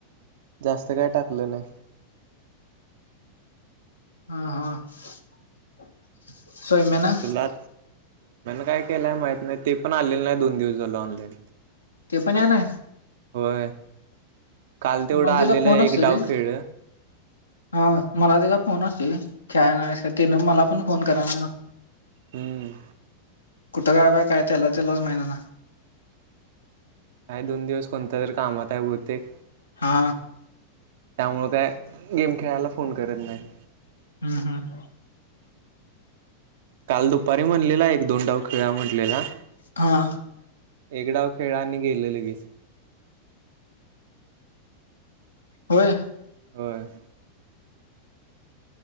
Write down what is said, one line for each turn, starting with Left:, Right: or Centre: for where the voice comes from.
Right: जास्त काय टाकलं नाही
Left: हा हा. सौम्यानं
Right: तुला काय केलंय माहित नाही ते पण आलेलं नाही दोन दिवस ला ऑनलाईन.
Left: ते पण ये ना
Right: होय काल तेवढं
Left: मला
Right: आलेलं
Left: त्याचा फोन
Right: एक
Left: असतो
Right: डाव
Left: रे
Right: खेळं
Left: हा मला तझा फोन असतूय खेळाय येणार हायस काय तिन मला पण फोन कराय नाय
Right: हम्म.
Left: कुठं काय बा काय त्याला त्यालाच माहित आता
Right: काय दोन दिवस कोणत्या तरी कामात आहे बहुतेक
Left: हा
Right: त्यामुळ काय गेम खेळायला फोन करत नाही.
Left: हम्म हम्म.
Right: काल दुपारी म्हणलेला एक दोन डाव खेळूया म्हटलेला
Left: हा.
Right: एकडाव खेळं आणि गेलं लगीच.
Left: होय
Right: होय.